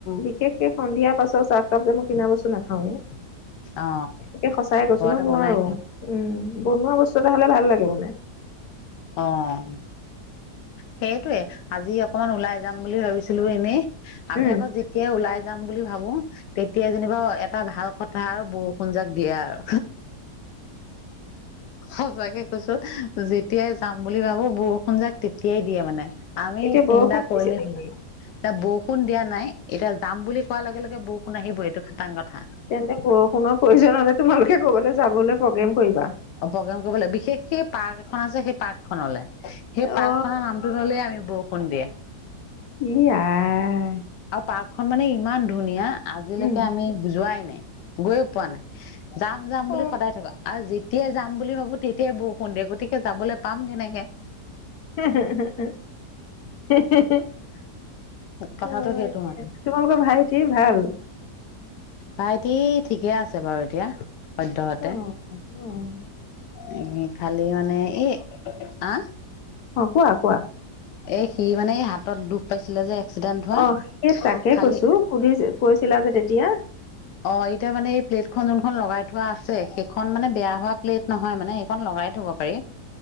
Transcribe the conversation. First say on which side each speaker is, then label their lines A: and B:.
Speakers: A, on the left; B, on the left.
A: বিশেষকে সন্ধিয়া পাছৰ চাহকাপ যে মই কিনা বস্তু নাখাওয়ে।
B: অ
A: সচাই কৈছো
B: ঘৰতে
A: মই নোৱাৰো।
B: বনাই খায়
A: উম, বনোৱা বস্তু এটা হ'লে ভাল লাগে মানে।
B: অ'। সেইটোয়ে আজি অকনমান ওলাই যাম বুলি ভাবিছিলো এনেই। আমি
A: উম
B: আকৌ যে তিয়াই ওলাই যাম বুলি ভাবো। তেতিয়াই যেনিবা এটা ভাল কথা আৰু বৰষুণ জাক দিয়ে আৰু। সচাকে কৈছো। যেতিয়াই যাম বুলি ভাবো বৰষুণ জাক তেতিয়াই দিয়ে মানে, আমি
A: এতিয়া বৰষুণ
B: চিন্তা কৰিলেই
A: দিছে নেকি
B: হ'ল। এতিয়া বৰষুণ দিয়া নাই। এতিয়া যাম বুলি কোৱাৰ লগে লগে বৰষুণ আহিবই এইটো খাটাং কথা।
A: তেন্তে বৰষুণৰ প্ৰয়োজন হ'লে তোমালোকে ক'বালৈ যাবলৈ প্ৰগ্ৰেম কৰিবা।
B: অ', প্ৰগ্ৰেম কৰিব লাগিব। বিশেষকে পাৰ্ক এখন আছে, সেই পাৰ্ক খনলৈ, সেই পাৰ্ক
A: অ
B: খনৰ নামটো ল'লে আমি বৰষুণ দিয়ে।
A: E I.
B: আৰু পাৰ্কখন মানে ইমান ধুনীয়া আজিলৈকে
A: উম
B: আমি যোৱাই নাই, গৈয়ে পোৱা নাই। যাম যাম বুলি
A: অ
B: সদায় থাকা। <unintelligible> যি সেই যাম বুলি ভাবো তেতিয়াই বৰষুণ দিয়ে, গতিকে যাবলৈ পাম কেনেকে।
A: <unintelligible>
B: কথাটো
A: <unintelligible>
B: সেইটো মানে
A: তোমালোকৰ ভাইটি ভাল?
B: ভাইটি ঠিকে আছে বাৰু এতিয়া সদ্যহতে।
A: অ', অ', অ',
B: এই ভালেই মানে, এই আ
A: অ', কোৱা-কোৱা।
B: এই সি মানে এই হাতত দুখ পাইছিলে যে, এক্সিডেন্ট হোৱা
A: অ', সেই তাকে
B: খালি
A: কৈছো সুধি কৈছিলা যে তেতিয়া।
B: অ এতিয়া মানে এই প্লেটখন যোনখন লগাই থোৱা আছে, সেইখন মানে বেয়া হোৱা প্লেট নহয় মানে সেইখন লগাই থব পাৰি।